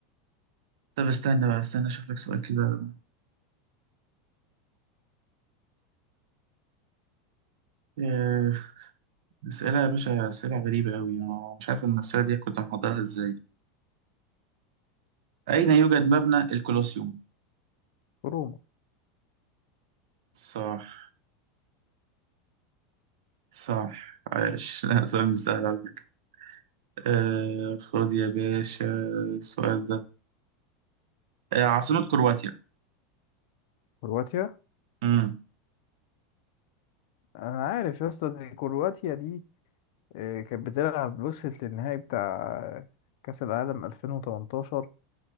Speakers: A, on the right; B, on the left.
A: طب استنى بقى استنى اشوف لك سؤال كده آه، اسئله يا باشا اسئله غريبه قوي انا مش عارف المساله دي كنت محضرها ازاي اين يوجد مبنى الكولوسيوم
B: في روما
A: صح صح عايش <laughs> لا سؤال مش سهل على فكره آه خد يا باشا السؤال ده آه عاصمه كرواتيا
B: كرواتيا
A: امم
B: أنا عارف يا اسطى دي كرواتيا دي آه، كانت بتلعب وصلت للنهائي بتاع كأس العالم 2018